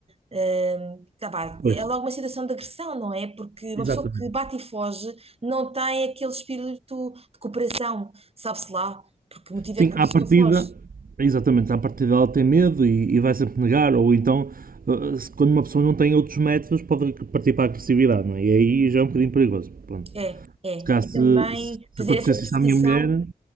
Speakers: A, on the right (about 40°); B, on the right (about 70°).
A: eh, hum, tá vá,
B: Pois,
A: é logo uma situação de agressão, não é? Porque uma
B: exatamente.
A: pessoa que bate e foge não tem aquele espírito de cooperação, sabe-se lá, porque o motivo
B: Sim,
A: é que
B: à
A: a pessoa
B: partida,
A: foge.
B: exatamente, à partida ela tem medo e, e vai sempre negar, ou então, eh, se- quando uma pessoa não tem outros métodos, pode partir para a agressividade, não é? E aí já é um bocadinho perigoso. Pronto.
A: É, é.
B: Se calhar,
A: E
B: se,
A: também
B: se
A: fazer
B: acontecesse
A: essa perseguição,
B: isso à minha mulher,